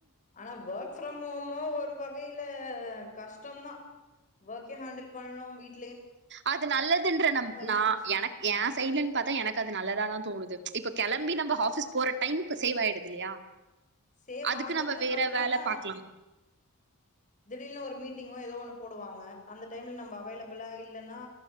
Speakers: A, on the left; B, on the right.
A: ஆனா வொர்க் ஃப்ரம் ஹோமு ஒரு வகையில கஷ்டம் தான் ஒர்க்க ஹேண்டில் பண்ணனும் வீட்டு
B: அது நல்லதுன்ற நம் நா
A: ரொம்ப கஷ்டோ
B: எனக் ஏ சைட்லன்னு பாத்தா எனக்கு அது நல்லதா தான் தோணுது இப்ப கிளம்பி நம்ம ஹாஃபிஸ் போற டைம்க்கு சேவ் ஆயிடுது இல்லையா
A: சேவ்
B: அதுக்கு
A: ஆகுது
B: நம்ம வேற
A: ஃபட்
B: வேல
A: ஆனா
B: பாக்கலாம்
A: திடீனுனு ஒரு மீட்டிங்கோ ஏதோ ஒன்னு போடுவாங்க அந்த டைமில்ல நம்ப அவைலபிளா இல்லைன்னா